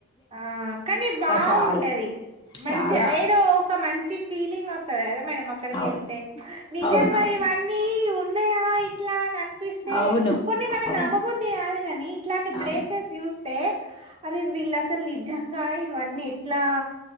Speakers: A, on the right; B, on the left.
A: ఆ కానీ బావుంటది.
B: చాలా
A: మంచా
B: చాలా
A: ఏదో ఒక మన్ చి ఫీలింగ్ వసది గదా మనమ్ అక్కడి కెళ్తే
B: అవును
A: నిజగా
B: అవునవును
A: ఇవన్నిఇవ్ నయా ఇట్లా అన్నన్ ఇపిసే
B: అవును
A: కొన్ని మనం
B: అవును
A: నమబుద్ది గాదు గానీ ఇట్లాంటి ప్లేసెస్
B: అవును
A: చూస్తే అరే వీలాస్ లీజంగా ఇవన్నీ ఎట్లా